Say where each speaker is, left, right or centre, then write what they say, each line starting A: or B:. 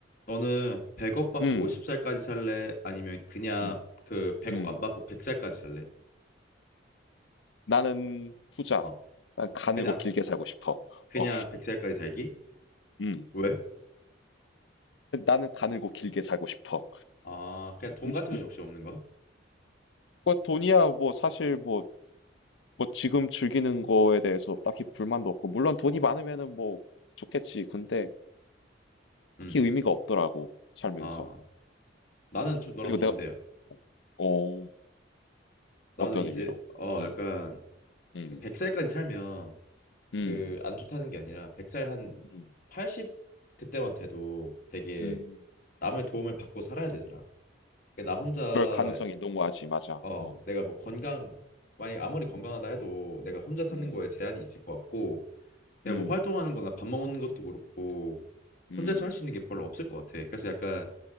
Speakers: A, on the left; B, on the left.
A: 너는 100억 받고
B: 음.
A: 50살까지 살래? 아니면 그냥
B: 음.
A: 그 100억
B: 음.
A: 안 받고 100살까지 살래?
B: 나는 후자.
A: 어,
B: 난 가늘고
A: 그냥
B: 길게 살고 싶어.
A: 그냥
B: 어.
A: 100살까지 살기?
B: 음.
A: 왜?
B: 나는 가늘고 길게 살고 싶어.
A: 아, 그냥 돈
B: 음.
A: 같은 건 역시 없는 거야?
B: 뭐 돈이야 뭐 사실 뭐, 뭐 지금 즐기는 거에 대해서 딱히 불만도 없고 물론 돈이 많으면은 뭐 좋겠지. 근데 딱히
A: 음,
B: 의미가 없더라고 살면서.
A: 아, 나는 좀 너랑
B: 그리고
A: 반대야.
B: 내가 어
A: 나는
B: 어떤
A: 이제
B: 의미로?
A: 어
B: 음.
A: 약간
B: 음.
A: 100살까지 살면
B: 음.
A: 그 안 좋다는 게 아니라 100살 한
B: 음.
A: 80 그때만 돼도 되게
B: 음.
A: 남의 도움을 받고 살아야 되잖아. 그러니까 나 혼자
B: 그럴 가능성이 농후하지 맞아.
A: 어,
B: 어.
A: 내가 뭐 건강, 만약 아무리 건강하다
B: 음.
A: 해도 내가 혼자 사는
B: 음.
A: 거에 제한이 있을 것 같고, 내가
B: 음.
A: 뭐 활동하는 거나 밥 먹는 것도 그렇고,
B: 음.
A: 혼자서 할 수 있는 게 별로 없을 것 같아. 그래서 약간